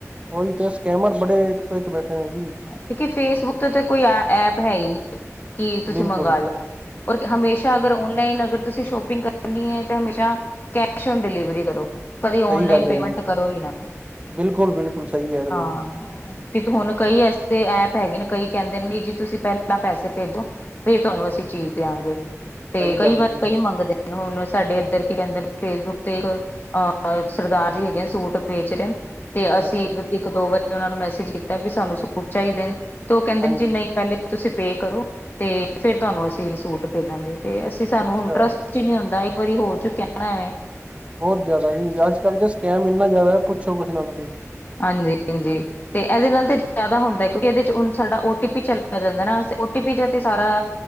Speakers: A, on the right (about 25°); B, on the left (about 40°).
A: ਉਹੀ ਤੇ ਸਕੈਮਰ ਬੜੇ, ਇੱਕ ਤੋਂ ਇੱਕ ਬੈਠੇ ਨੇ ਜੀ।
B: ਕਿੳਂਕਿ ਫੇਸਬੁੱਕ ਤੇ ਕੋਈ ਐਪ ਹੈ ਹੀ ਨਹੀਂ। ਕਿ ਤੁਸੀਂ
A: ਬਿਲਕੁਲ
B: ਮੰਗਵਾ ਲਓ ਔਰ ਹਮੇਸ਼ਾ ਅਗਰ ਔਨਲਾਈਨ ਅਗਰ ਤੁਸੀਂ ਸ਼ੋਪਿੰਗ ਕਰਨੀ ਹੈ ਤੇ ਹਮੇਸ਼ਾ ਕੈਸ਼ ਓਨ ਡਿਲੀਵਰੀ ਕਰੋ। ਕਦੇ
A: ਸਹੀ
B: ਔਨਲਾਈਨ
A: ਗੱਲ
B: ਪੇਮੈਂਟ
A: ਹੈ ਜੀ
B: ਕਰੋ ਹੀ ਨਾ
A: ਬਿਲਕੁਲ ਬਿਲਕੁਲ ਸਹੀ ਕਹਿ ਰਹੇ
B: ਹਾਂ।
A: ਹੋ ਤੁਸੀਂ
B: ਕਿ ਹੁਣ ਕਈ ਐਸੇ ਐਪ ਹੈਗੇ ਨੇ ਕਈ ਕਹਿੰਦੇ ਜੀ ਤੁਸੀਂ ਪਹਿਲਾਂ ਪੈਸੇ ਭੇਜੋ। ਫੇਰ ਤੁਹਾਨੂੰ ਅਸੀਂ ਚੀਜ਼ ਦਿਆਂਗੇ ਤੇ
A: ਸਹੀ
B: ਕਈ
A: ਗੱਲ
B: ਵਾਰ
A: ਹੈ ਜੀ
B: ਕਈ ਮੰਗਦੇ ਨੇ ਹੁਣ ਸਾਡੇ ਇੱਧਰ ਕੀ ਕਹਿੰਦੇ ਨੇ ਫੇਸਬੁੱਕ ਤੇ ਇੱਕ ਆ ਸਰਦਾਰ ਜੀ ਹੈਗੇ ਨੇ ਸੂਟ ਵੇਚ ਰਹੇ ਤੇ ਅਸੀਂ
A: ਅੱਛਾ
B: ਇੱਕ ਦੋ ਵਾਰੀ ਉਹਨਾਂ ਨੂੰ ਮੈਸੇਜ ਕੀਤਾ ਵੀ ਸਾਨੂੰ ਸੂਟ ਚਾਹੀਦੇ ਨੇ ਤੇ ਉਹ ਕਹਿੰਦੇ
A: ਹਾਂਜੀ
B: ਨੇ ਜੀ ਨਹੀਂ ਪਹਿਲੇ ਤੁਸੀਂ ਪੇ ਕਰੋ ਤੇ ਫਿਰ ਤੁਹਾਨੂੰ ਅਸੀਂ ਸੂਟ ਭੇਜ ਦਾਂਗੇ ਤੇ ਅਸੀਂ ਸਾਨੂੰ
A: ਅੱਛਾ
B: ਹੁਣ ਟਰਸਟ ਨੀ ਹੁੰਦਾ ਇੱਕ ਵਾਰੀ ਹੋ ਚੁੱ ਕਹਿੰਦਾ ਵੇਂ।
A: ਬਹੁਤ ਜ਼ਿਆਦਾ ਅੱਜ ਕੱਲ੍ਹ ਤਾਂ ਸਕੈਮ ਇੰਨਾ ਜ਼ਿਆਦਾ ਪੁੱਛੋ ਕੁੇ ਨਾਲ ਤੁਸੀਂ।
B: ਹਾਂਜੀ ਹਾਂਜੀ। ਤੇ ਇਹਦੇ ਨਾਲ ਤੇ ਜਿਆਦਾ ਹੁੰਦਾ ਹੈ ਕਿਉਂਕਿ ਇਹਦੇ ਚ ਹੁਣ ਸਾਡਾ ਓ ਟੀ ਪੀ ਚੱਲਾ ਜਾਂਦਾ ਨਾ ਓਟੀ ਪੀ ਦਾ ਤੇ ਸਾਰ